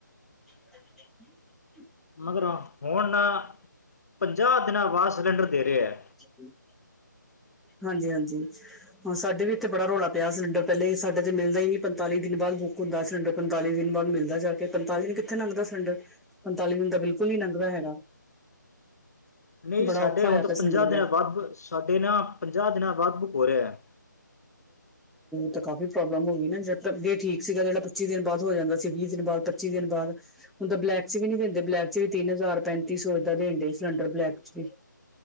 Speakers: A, in the centre; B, on the left (about 55°).
A: <unintelligible>
B: ਮਗਰੋਂ ਹੁਣ ਪੰਜਾਹ ਦਿਨਾਂ ਬਾਦ ਸਿਲੰਡਰ ਦੇ ਰੇ ਐ
A: <unintelligible> ਹਾਂਜੀ-ਹਾਂਜੀ ਹੁਣ ਸਾਡੇ ਵੀ ਇੱਥੇ ਬੜਾ ਰੌਲਾ ਪਿਆ ਸਿਲੰਡਰ ਪੈਲੇ ਈ ਸਾਡੇ ਤੇ ਮਿਲਦਾ ਈ ਨੀ ਪੰਤਾਲੀ ਦਿਨ ਬਾਦ ਬੁੱਕ ਮਿਲਦਾ ਈ ਨੀ ਪੰਤਾਲੀ ਦਿਨ ਬਾਦ ਬੁਕ ਹੁੰਦਾਸਿਲੰਡਰ ਪੰਤਾਲੀ ਦਿਨ ਬਾਦ ਮਿਲਦਾ ਜਾ ਕੇ ਪੰਤਾਲੀ ਦਿਨ ਕਿੱਥੇ ਲੰਗਦਾ ਸਿਲੰਡਰ ਸਿਲੰਡਰ। ਪੰਤਾਲੀ ਦਿਨ ਤਾ ਬਿਲਕੁੱਲ ਨੀ ਲੰਘਦਾ ਹੈਗਾ।
B: <unintelligible> ਨਈ
A: ਬੜਾ
B: ਸਾਡੇ
A: ਔਖਾ ਹੋਇਆ
B: ਹੁਣ ਤਾਂ
A: ਪਿਆ ਸਿਲੰਡਰ
B: ਪੰਜਾਹ
A: ਬਗੈਰ
B: ਦਿਨਾਂ ਵੱਧ ਸਾਡੇ ਨਾ ਪੰਜਾਹ ਦਿਨਾਂ ਬਾਦ ਬੁੱਕ ਹੋ ਰਿਐ।
A: ਤਾਂ ਕਾਫੀ ਪ੍ਰੋਬਲਮ ਹੋਗੀ ਨਾ ਜਾ ਤਾਂ ਅੱਗੇ ਠੀਕ ਸੀਗਾ ਜੇੜਾ ਪੱਚੀ ਦਿਨ ਬਾਦ ਹੋ ਜਾਂਦਾ ਸੀ ਵੀਹ ਦਿਨ ਬਾਦ ਪੱਚੀ ਦਿਨ ਬਾਦ ਹੁਣ ਤਾਂ ਬਲੈਕ ਚ ਵੀ ਨੀ ਦਿੰਦੇ ਬਲੈਕ ਚ ਵੀ ਤਿੰਨ ਹਜ਼ਾਰ ਪੈਂਤੀ ਸੌ ਏਦਾਂ ਦੇਣ ਦੇ ਸਿਲੰਡਰ ਬਲੈਕ ਚ ਵੀ।